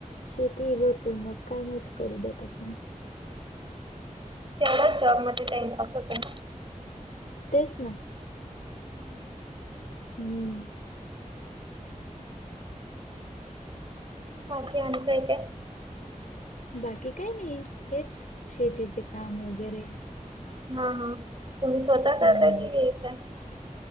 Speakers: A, on the left; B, on the right.
A: शेती भरपूर मग काय माहिती करू देत्यात काय नाही
B: तेवढाच जॉबमध्ये टाइमपास होतोय ना
A: तेच ना.
B: हम्म.
A: हम्म.
B: बाकी आणि काय काय?
A: बाकी काय नाही, हेच शेतीचे काम वगैरे.
B: हा हा तुम्ही स्वतः करता
A: हम्म
B: की काय?